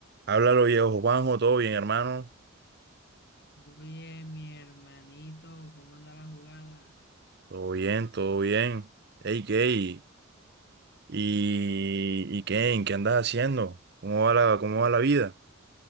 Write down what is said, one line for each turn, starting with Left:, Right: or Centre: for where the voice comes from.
Right: Háblalo, viejo Juanjo, todo bien, hermano.
Left: Oye, mi hermanito, ¿cómo anda la jugada?
Right: Todo bien, todo bien. Hey, ¿qué? ¿Y, y y qué? ¿En qué andas haciendo? ¿Cómo va la, cómo va la vida?